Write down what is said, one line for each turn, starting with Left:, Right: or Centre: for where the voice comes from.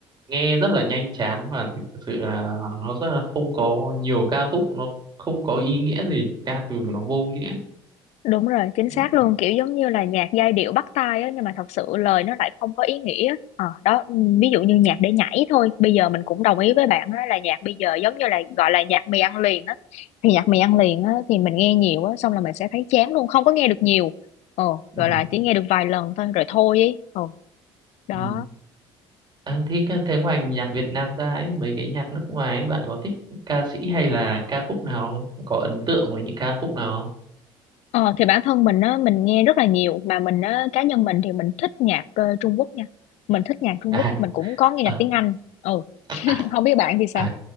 Right: nghe rất là nhanh chán và thực sự là nó rất là không có nhiều ca khúc nó không có ý nghĩa gì ca từ nó vô nghĩa
Left: đúng rồi chính
Right: ừ,
Left: xác luôn kiểu giống như là nhạc giai điệu bắt tai á nhưng mà thật sự lời nó lại không có ý nghĩa Ờ, đó ừ, ví dụ như nhạc để nhảy thôi bây giờ mình cũng đồng ý với bạn á là nhạc bây giờ giống như là gọi là nhạc mì ăn liền á thì nhạc mì ăn liền á thì mình nghe nhiều á xong là mình sẽ thấy chán luôn không có nghe được nhiều ờ
Right: ừ,
Left: gọi là chỉ nghe được vài lần thôi rồi thôi ấy ờ đó
Right: ừ. À, thế, thế ngoài nhạc Việt Nam ra ấy, mấy cái nhạc nước ngoài ấy, bạn có thích ca sĩ hay là ca khúc nào không? Có ấn tượng với những ca khúc nào không?
Left: Ờ, thì bản thân mình á, mình nghe rất là nhiều mà mình á, cá nhân mình thì mình thích nhạc ờ, Trung Quốc nha. Mình thích nhạc Trung
Right: À,
Left: Quốc, mình cũng có nghe
Right: ờ,
Left: nhạc tiếng Anh. Ừ. <laughs>
Right: à,
Left: Không biết bạn thì sao?
Right: à,